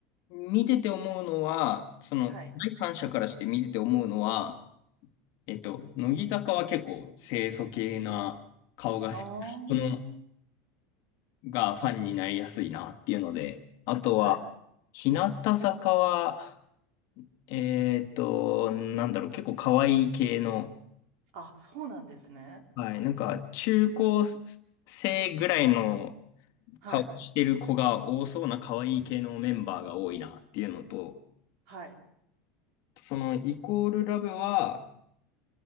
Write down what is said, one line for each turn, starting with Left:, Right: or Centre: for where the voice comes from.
Left: 見てて思うのは、その第三者からして見てて思うのは、
Right: はい。
Left: えっと、乃木坂は結構清楚系な顔が好きな人の
Right: ああ、
Left: がファンになりやすいなっていうので、あとは
Right: はい。
Left: 日向坂は、えっと、なんだろう、結構可愛い系の
Right: あ、そうなんですね。
Left: はい。なんか、中高生ぐらいの
Right: はい。
Left: 顔してる子が多そうな可愛い系のメンバーが多いなっていうのと、
Right: はい。
Left: そのイコールラブは、